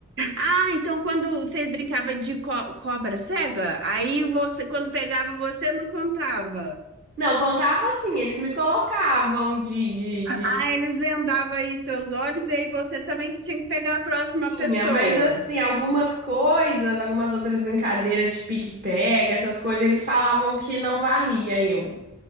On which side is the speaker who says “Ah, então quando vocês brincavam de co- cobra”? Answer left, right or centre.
Right